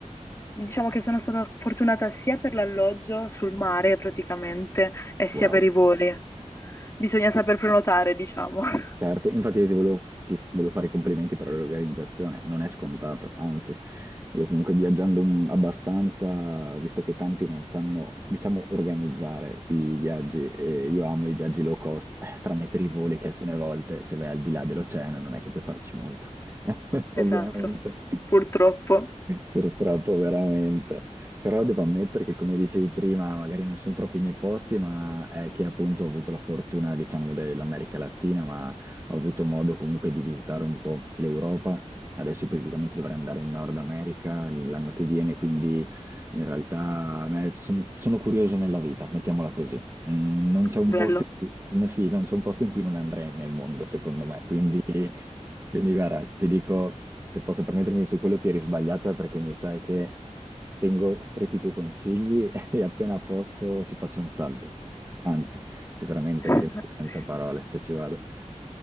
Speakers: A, on the left (about 20°); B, on the right (about 20°).
A: diciamo che sono stata fortunata sia per l'alloggio sul mare praticamente e sia
B: Wow.
A: per i voli. Bisogna saper prenotare, diciamo. <laughs>
B: Certo, infatti io ti volevo, ti s- volevo fare i complimenti per l'organizzazione, non è scontato, anzi, io comunque viaggiando un- abbastanza, ho visto che tanti non sanno, diciamo, organizzare i viaggi, e io amo i viaggi low cost, eh, tranne per i voli che alcune volte se vai al di là dell'oceano non è che puoi farci molto, <laughs>
A: Esatto,
B: ovviamente.
A: purtroppo.
B: Purtroppo, veramente. Però devo ammettere che, come dicevi prima, magari non sono troppo i miei posti, ma è che appunto ho avuto la fortuna, diciamo, dell'America Latina, ma ho avuto modo comunque di visitare un po' l'Europa. Adesso praticamente dovrei andare in Nord America l'anno che viene, quindi in realtà a me son- sono curioso nella vita, mettiamola così. Mm, non c'è un
A: Bello.
B: posto in cui, no, sì, non c'è un posto in cui non andrei nel mondo, secondo me. Quindi, quindi guarda, ti dico, se posso permettermi su quello ti eri sbagliata perché mi sa che tengo stretti i tuoi consigli <laughs> e appena posso ci faccio un salto. Anzi, sicuramente
A: <laughs>
B: ne rimango senza parole se ci vado.